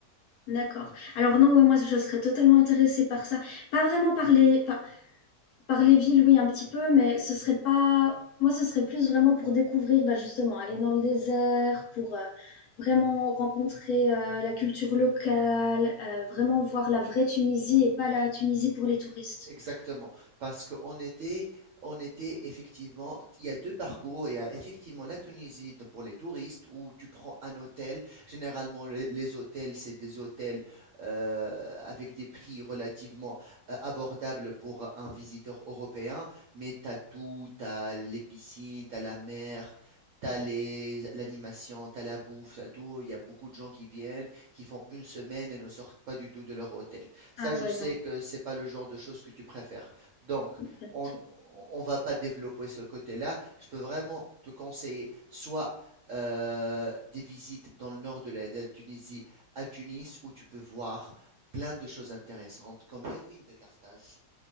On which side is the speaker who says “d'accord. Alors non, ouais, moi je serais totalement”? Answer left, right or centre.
Left